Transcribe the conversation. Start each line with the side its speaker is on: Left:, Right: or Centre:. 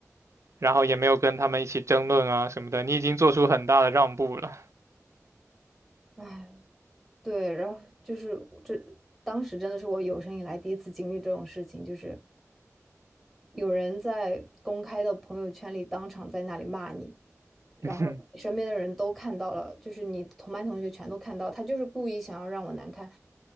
Right: 然后也没有跟他们一起争论啊什么的，你已经做出很大的让步了。
Centre: 哎，对，然后就是我这，当时真的是我有生以来第一次经历这种事情，就是有人在公开的朋友圈里当场在那里骂你，然后你身边的人都看到了，
Right: <laughs>
Centre: 就是你同班同学全都看到，他就是故意想要让我难堪，